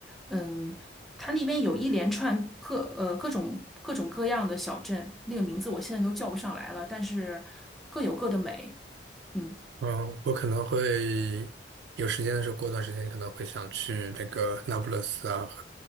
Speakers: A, in the centre; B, on the right (about 70°).
A: 嗯，它那边有一连串各呃各种各种各样的小镇，那个名字我现在都叫不上来了，但是各有各的美。嗯，
B: 嗯，我可能会有时间的时候，过段时间可能会想去那个那不勒斯啊，和